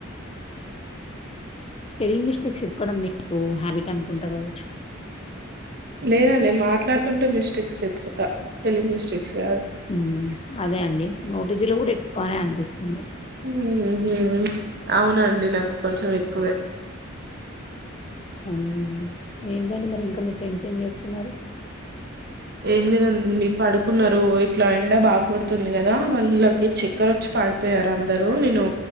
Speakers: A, on the left (about 30°); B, on the right (about 55°).
A: స్పెల్లింగ్ మిస్టేక్స్ ఎతుకోవడం మీకు హ్యాబిట్ అనుకుంట కావచ్చు
B: లేదండి మాట్లాడుతుంటే మిస్టేక్స్ ఎతుకుతా స్పెలింగ్ మిస్టేక్స్ కాదు
A: హ్మ్. అదే అండి. నోటిదిలో కూడా ఎక్కువనే అనిపిస్తుంది.
B: ఉహు అవునండి నాకు కొంచెం ఎక్ క్కువే
A: ఉమ్ ఏంటండి మరి ఇంకా మీ ఫ్రెండ్స్ ఏం చేస్తున్నారు
B: ఏం లేదండీ పడుక్ కున్నారు ఇట్లా ఎండా బాగ కొడుతుంది క దా వాళ్ళకి చక్కర్ ఒచ్చి పడ్ పోయారు అందరు నేను